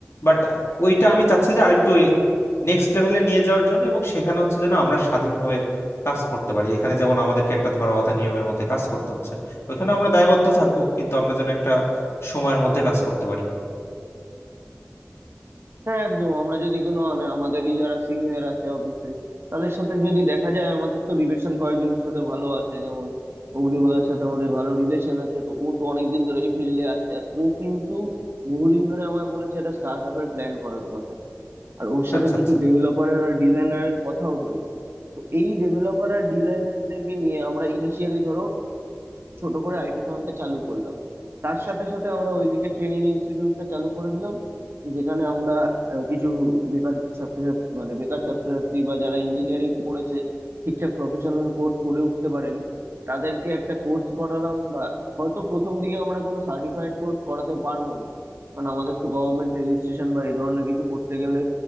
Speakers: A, on the left; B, on the right.
A: বাট ওইটা আমি চাচ্ছি যে আরেকটু নেক্সট লেভেলে নিয়ে যাওয়ার জন্য এবং সেখানে হচ্ছে যেন আমরা স্বাধীনভাবে কাজ করতে পারি এখানে যেমন আমাদেরকে একটা ধরাবাঁধা নিয়মের মধ্যে কাজ করতে হচ্ছে ওইখানে আমরা দায়বদ্ধ থাকবো কিন্তু আমরা যেন একটা সময়ের মধ্যে কাজ করতে পারি
B: হ্যাঁ একদম আমরা যদি কোনো আনে- আমাদেরই যারা সিনিয়র আছে অফিসে তাদের সাথে যদি দেখা যায় আমাদের তো রিলেশন কয়েকজনের সাথে ভালো আছে যেমন অগ্নিবোধার সাথে আমাদের ভালো রিলেশন আছে তো ও তো অনেকদিন ধরে এই ফিল্ডে আছে আর ও কিন্তু বহুদিন ধরে আমায় বলেছে একটা স্টার্ট আপের প্ল্যান করার কথা আর ওর সাথে
A: আচ্ছা
B: কিছু
A: আচ্ছা
B: ডেভেলপারের আর ডিজাইনারের কথাও হয়েছে তো এই ডেভেলপার আর ডিজাইনারদেরকে নিয়ে আমরা ইনিশিয়ালি ধরো ছোট করে আইটি ফার্মটা চালু করলাম তার সাথে সাথে আমরা ওইদিকে ট্রেনিং ইনস্টিটিউটটা চালু করে দিলাম যেখানে আমরা আহ, কিছু বেকার ছাত্রছাত্রী মানে বেকার ছাত্রছাত্রী বা যারা ইঞ্জিনিয়ারিং পড়েছে ঠিকঠাক প্রফেশনাল কোর্স করে উঠতে পারেনি তাদেরকে একটা কোর্স করালাম বা হয়তো প্রথম দিকে আমরা কোনো সার্টিফাইড কোর্স করাতে পারবো না কারণ আমাদের তো গভর্নমেন্ট রেজিস্ট্রেশন বা এই ধরনের কিছু করতে গেলে